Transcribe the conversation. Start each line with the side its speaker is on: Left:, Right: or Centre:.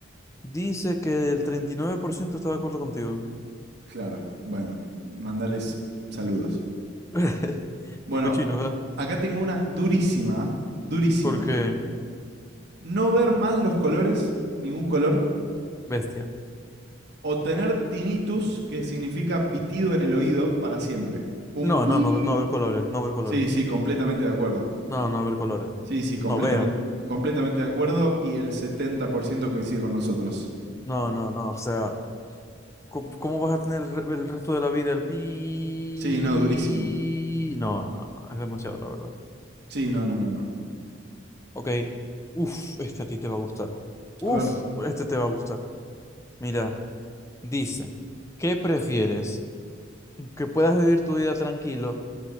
Left: Dice que el 39% está de acuerdo contigo.
Right: claro. Bueno, mandales saludos.
Left: <laughs>
Right: Bueno,
Left: Qué cochino, ¿verdad?
Right: acá tengo una durísima, ¿ah? durísima.
Left: Porque
Right: No ver más los colores, ningún color,
Left: Bestia.
Right: o tener tinnitus, que significa pitido en el oído, para siempre. Un
Left: No,
Right: pi.
Left: no, no, no ver colores, no ver colores.
Right: Sí, sí, completamente de acuerdo.
Left: No, no ver colores.
Right: Sí, sí, completamente,
Left: No veo.
Right: completamente de acuerdo y el 70% coincide con nosotros.
Left: No, no, no. O sea, ¿cómo, cómo vas a tener el re- el resto de la vida el pi?
Right: Sí, no, durísimo.
Left: No, no, no. Es demasiado, la verdad.
Right: Sí, no, no, no, no.
Left: Ok. Uf, este a ti te va a gustar. Uf,
Right: A ver,
Left: este te va a gustar. Mira, dice, ¿qué prefieres? ¿Que puedas vivir tu vida tranquilo,